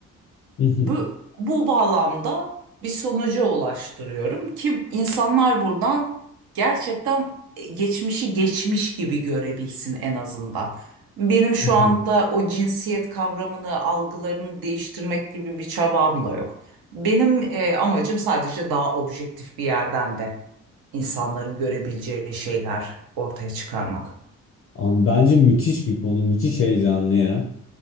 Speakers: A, on the left; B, on the right.
A: Mhm.
B: bu, bu bağlamda bir sonuca ulaştırıyorum ki insanlar buradan gerçekten e, geçmişi geçmiş gibi görebilsin en azından. Benim şu
A: Mhm.
B: anda o cinsiyet kavramını, algılarını değiştirmek gibi bir çabam da yok. Benim e, amacım sadece daha objektif bir yerden de insanların görebileceği şeyler ortaya çıkarmak.
A: Ama Bence müthiş bir konu, müthiş heyecanlı ya.